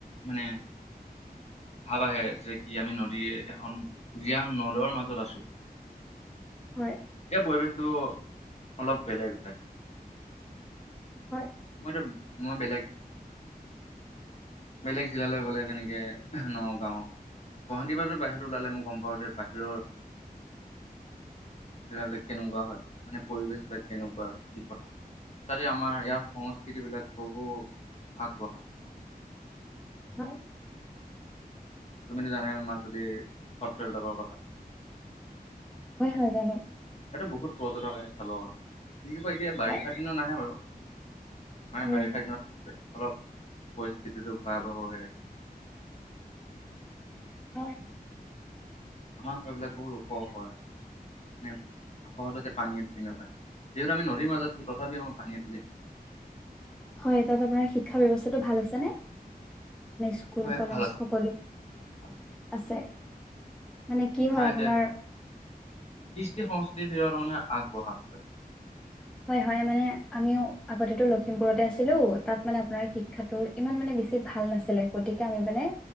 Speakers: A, on the left (about 40°); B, in the centre.
A: মানে ভাব আহে যে কি আমি নদীৰ এখন জীয়াম নদৰ মাজত আছো।
B: হয়
A: এ পৰিৱেশটো অলপ বেলেগ হয়।
B: হয়
A: মইত মই বেলেগ বেলেগ জিলালৈ গ'লে তেনেকে নগাঁও গুৱাহাটীৰ পৰাদি বাহিৰত ওলালে মই গম পাওঁ যে বাহিৰৰ জেগাবিলাক কেনেকুৱা হয় মানে পৰিবেশ বিলাক কেনেকুৱা কি কথা? তঠতে আমাৰ ইয়াৰ সংস্কৃতিবিলাক বহু আগবঢ়া।
B: হয়।
A: তুমিতো জানা মাজুলীৰ সত্ৰবিলাকৰ কথা।
B: হয়, হয়, জানো।
A: এইটো বহুত পৰ্যটক আহে চাবৰ কাৰণে। নকি কয় এতিয়া বাৰিষা
B: হয়
A: দিনত নাহে বাৰু, মানে
B: উম
A: বাৰিষা দিনত অলপ পৰিস্থিতিটো ভয়াবহ
B: হয়।
A: আমাৰ ঘৰবিলাক বহুত ওখ হয়, মানে সহজতে পানীয়ে ধুকি নাপাই। যিহেতু আমি নদীৰ মাজত থাকো তথাপিও আমাক পানীয়ে ঢুকি নাপাই।
B: হয় তাত আপোনাৰ শিক্ষা ব্যৱস্থটো ভাল আছেনে? স্কুল
A: হয় ইয়াত
B: কলেজ
A: ভাল আছে
B: সকলো
A: ভাল আছে ভাল আছে
B: আছে। মানে কি
A: আমাৰ
B: হয়
A: ইয়াতে
B: আপোনাৰ
A: কৃষ্টি-সংস্কৃতিৰ ভিতৰত মানে আগবঢ়া হৈছে।
B: হয় হয় মানে আমিও আগতেটো লখিমপুৰতে আছিলো তাত মানে আপোনাৰ শিক্ষাটো ইমান মানে বেছি ভাল নাছিলে গতিকে আমি মানে